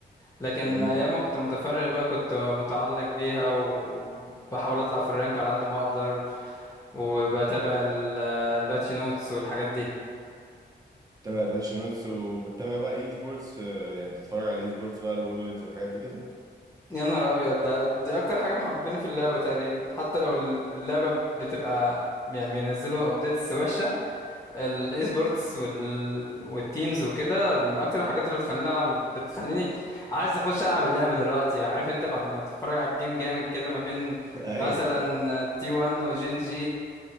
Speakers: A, on the left; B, on the right.
A: لكن
B: امم
A: ايام ما كنت متفرغ بقى كنت متعلق بيها و- وبحاول اطلع في الرانك على قد ما اقدر وبتابع ال- الباتش نوتس والحاجات دي
B: بتتابع الباتشينوتس وبتتابع بقى اي سبورتس آه، يعني بتتفرج على اي سبورتس بقى الورلدز والحاجات دي كده <laughs>
A: يا نهار ابيض ده دي اكتر حاجه محبباني في اللعبه تقريبا حتى لو اللعبه بتبقى يعني بينزلوا ابديتس وحشه الاي سبورتس وال... والتيمز وكده من اكتر الحاجات اللي بتخليني العب بتخليني عايز اخش العب اللعبه دلوقتي عارف انت بعد ما تتفرج على الجيم جامد كده ما بين
B: ايوه
A: مثلا تي 1 وجين جي